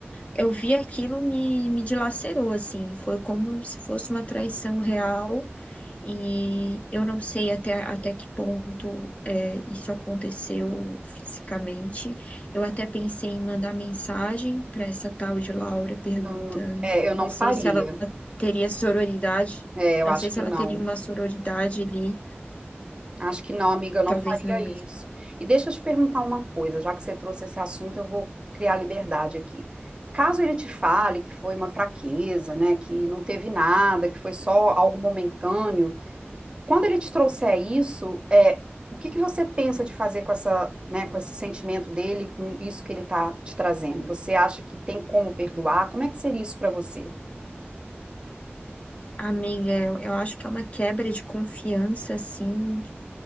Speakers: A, on the left (about 30°); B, on the right (about 25°).
A: eu vi aquilo me me dilacerou assim, foi como se fosse uma traição real E eu não sei até, até que ponto é, isso aconteceu fisicamente. Eu até pensei em mandar mensagem para essa tal de Laura perguntando.
B: Eu, é, eu não
A: Não sei
B: faria.
A: se ela teria sororidade,
B: É, eu
A: não
B: acho
A: sei
B: que
A: se ela
B: não.
A: teria uma sororidade ali,
B: Acho que não, amiga, eu não
A: talvez
B: faria
A: não
B: isso.
A: mesmo.
B: E deixa eu te perguntar uma coisa, já que você trouxe esse assunto, eu vou criar liberdade aqui. Caso ele te fale que foi uma fraqueza, né, que não teve nada, que foi só algo momentâneo, quando ele te trouxer isso, é, o que que você pensa de fazer com essa, né, com esse sentimento dele, com isso que ele está te trazendo? Você acha que tem como perdoar? Como é que seria isso para você?
A: Amiga, eu, eu acho que é uma quebra de confiança, assim,